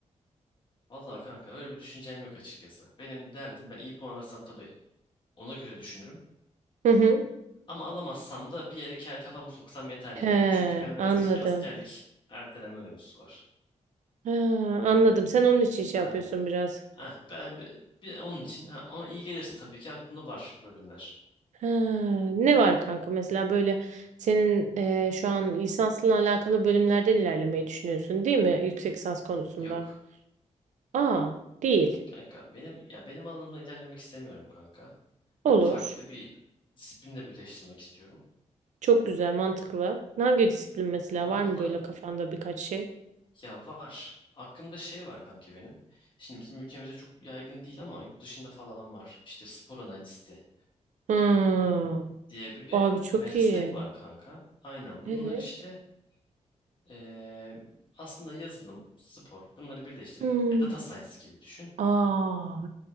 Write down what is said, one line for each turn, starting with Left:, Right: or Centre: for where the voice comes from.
Left: Valla kanka öyle bir düşüncem yok açıkçası. Benim derdim ben iyi puan alırsam tabii ona göre düşünürüm.
Right: Hı hı.
Left: Ama alamazsam da bir yere ke- kafamı soksam yeter
Right: He,
Left: yani. Çünkü ben biraz
Right: anladım.
Left: şey, askerlik erteleme mevzusu var.
Right: Ha, anladım. Sen onun için şey
Left: Aynen.
Right: yapıyorsun biraz.
Left: Ah, ben bi- bir, onun için ha, ama iyi gelirse tabii ki aklımda var bölümler.
Right: Ha, ne var kanka mesela böyle senin e, şu an lisansla alakalı bölümlerden ilerlemeyi düşünüyorsun değil mi? Yüksek lisans konusunda.
Left: Yok.
Right: Aa, değil.
Left: Kanka benim ya benim alanımda ilerlemek istemiyorum kanka.
Right: Olur.
Left: Ya farklı bir disiplinle birleştirmek istiyorum.
Right: Çok güzel, mantıklı. Hangi disiplin mesela
Left: Onda
Right: var mı
Left: da
Right: böyle kafanda birkaç şey?
Left: ya var. Aklımda şey var kanka benim. Şimdi bizim ülkemizde çok yaygın değil ama yurt dışında falan var. İşte spor analisti.
Right: Hmm.
Left: diye bir
Right: Abi çok
Left: meslek
Right: iyi.
Left: var kanka. Aynen bunlar
Right: Evet.
Left: işte eee, aslında yazılım, spor bunları birleştirip
Right: Hmm.
Left: ya data science gibi düşün.
Right: Aa,